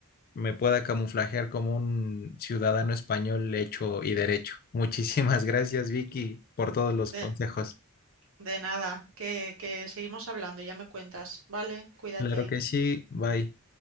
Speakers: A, on the left (about 40°); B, on the right (about 60°).
A: me pueda camuflajear como un ciudadano español hecho y derecho. <laughs> Muchísimas gracias, Vicky, por todos los
B: de,
A: consejos.
B: de nada, que, que seguimos hablando y ya me cuentas. Vale, cuídate.
A: Claro que sí, bye.